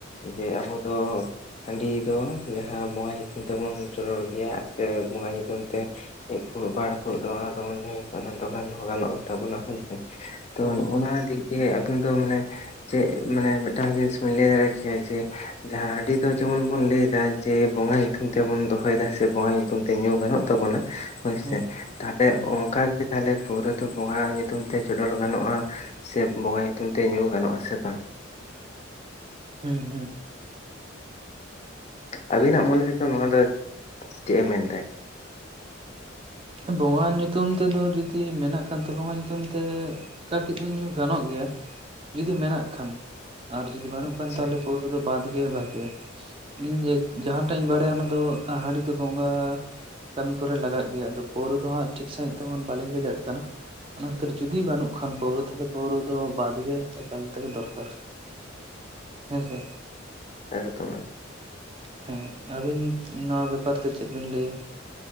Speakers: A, on the left (about 35°); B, on the right (about 30°).
A: ᱡᱮ ᱟᱵᱚ ᱫᱚ ᱦᱟᱺᱰᱤ ᱫᱚ ᱡᱟᱦᱟᱸ ᱵᱚᱸᱜᱟ ᱧᱩᱛᱩᱢ ᱛᱮᱵᱚᱱ ᱪᱚᱰᱚᱨ ᱜᱮᱭᱟ ᱥᱮ ᱵᱚᱸᱜᱟ ᱧᱩᱛᱩᱢ ᱛᱮ ᱢᱤᱫ ᱯᱷᱩᱲᱩᱜ, ᱵᱟᱨ ᱯᱷᱩᱲᱩᱜ ᱫᱚ ᱚᱱᱟ ᱫᱚᱵᱚᱱ ᱧᱩᱭ ᱜᱮᱭᱟ ᱚᱱᱟ ᱫᱚ ᱜᱟᱱ ᱦᱚᱸ ᱜᱟᱱᱚᱜ ᱜᱮᱛᱟ ᱵᱚᱱᱟ ᱦᱳᱭ ᱥᱮ ᱾ ᱛᱚ
B: ᱦᱩᱸ
A: ᱱᱚᱜᱼᱚᱱᱟ ᱫᱤᱠ ᱫᱤᱭᱮ ᱟᱵᱤᱱ ᱫᱚ ᱢᱟᱱᱮ ᱪᱮᱜ ᱢᱟᱱᱮ ᱢᱤᱫᱴᱟᱝ ᱡᱤᱱᱤᱥ ᱵᱤᱱ ᱞᱟᱹᱭ ᱫᱟᱲᱮ ᱠᱮᱭᱟ ᱡᱮ ᱡᱟᱦᱟᱸ ᱦᱟᱺᱰᱤ ᱫᱚ ᱡᱮᱢᱚᱱ ᱵᱚᱱ ᱞᱟᱹᱭᱫᱟ ᱡᱮ ᱵᱚᱸᱜᱟ ᱧᱩᱛᱩᱢ ᱛᱮᱵᱚᱱ ᱫᱚᱦᱚᱭᱫᱟ ᱥᱮ ᱵᱚᱸᱜᱟ ᱧᱩᱛᱩᱢ ᱛᱮ ᱧᱩ ᱜᱟᱱᱚᱜ ᱛᱟᱵᱚᱱᱟ ᱦᱳᱭ
B: ᱦᱩᱸ
A: ᱥᱮ ᱛᱟᱦᱚᱞᱮ
B: ᱦᱩᱸ
A: ᱚᱱᱠᱟ ᱜᱮ ᱛᱟᱦᱚᱞᱮ ᱯᱟᱹᱣᱨᱟᱹ ᱫᱚ ᱵᱚᱸᱜᱟ ᱧᱩᱛᱩᱢ ᱛᱮ ᱪᱚᱰᱚᱨ ᱜᱟᱱᱚᱜᱼᱟ᱾ ᱥᱮ ᱵᱚᱸᱜᱟ ᱧᱩᱛᱩᱢ ᱛᱮ ᱧᱩ ᱜᱟᱱᱚᱜᱼᱟ ᱥᱮ ᱵᱟᱝ?
B: ᱦᱩᱸ, ᱦᱩᱸ,
A: ᱟᱹᱵᱤᱱᱟᱜ ᱢᱚᱱᱮ ᱛᱮᱫᱚ ᱱᱚᱣᱟ ᱫᱚ ᱪᱮᱜ ᱮ ᱢᱮᱱᱫᱟᱭ?
B: ᱵᱚᱸᱜᱟ ᱧᱩᱛᱩᱢ ᱛᱮᱫᱚ ᱡᱩᱫᱤ ᱢᱮᱱᱟᱜ ᱠᱷᱟᱱ ᱛᱚ ᱵᱚᱸᱜᱟ ᱧᱩᱛᱩᱢ ᱛᱮ, ᱠᱟᱹᱴᱤᱡ ᱫᱚ ᱧᱩ ᱜᱟᱱᱚᱜ ᱜᱮᱭᱟ, ᱡᱩᱫᱤ ᱢᱮᱱᱟᱜ ᱠᱷᱟᱱ ᱟᱨ ᱡᱩᱫᱤ ᱵᱟᱹᱱᱩᱜ ᱠᱷᱟᱱ
A: ᱟᱪᱪᱷᱟ
B: ᱛᱟᱦᱚᱞᱮ ᱯᱟᱹᱣᱨᱟᱹ ᱠᱚᱫᱚ ᱵᱟᱫ ᱜᱮ ᱵᱷᱟᱜᱮᱭᱟ᱾ ᱤᱧ ᱡᱮ ᱡᱟᱦᱟᱸᱴᱟᱜ ᱤᱧ ᱵᱟᱲᱟᱭᱟ ᱚᱱᱟ ᱫᱚ ᱦᱟᱹᱰᱤ ᱫᱚ ᱵᱚᱸᱜᱟ ᱠᱟᱹᱢᱤ ᱠᱚᱨᱮ ᱞᱟᱜᱟᱜ ᱜᱮᱭᱟ ᱟᱫᱚ ᱯᱟᱹᱣᱨᱟᱹ ᱫᱚ ᱦᱟᱸᱜ, ᱴᱷᱤᱠ ᱥᱟᱹᱦᱤᱡ ᱛᱮᱢᱚᱱ ᱵᱟᱞᱤᱧ ᱞᱟᱹᱭ ᱫᱟᱲᱮᱜ ᱠᱟᱱᱟ᱾ ᱚᱱᱟ ᱠᱷᱟᱹᱛᱤᱨ ᱡᱩᱫᱤ ᱵᱟᱹᱱᱩᱜ ᱠᱷᱟᱱ ᱯᱟᱹᱣᱨᱟᱹ, ᱛᱟᱦᱚᱞᱮ ᱯᱟᱹᱣᱨᱟᱹ ᱫᱚ ᱵᱟᱫ ᱜᱮ ᱮᱠᱟᱞ ᱛᱮᱜᱮ ᱫᱚᱨᱠᱟᱨ᱾ ᱦᱮᱸ ᱥᱮ
A: ᱮᱠᱫᱚᱢ ᱮᱠᱫᱚᱢ,
B: ᱦᱮᱸ ᱟᱹᱵᱤᱱ ᱱᱚᱣᱟ ᱵᱮᱯᱟᱨ ᱛᱮ ᱪᱮᱫ ᱵᱤᱱ ᱞᱟᱹᱭᱟ?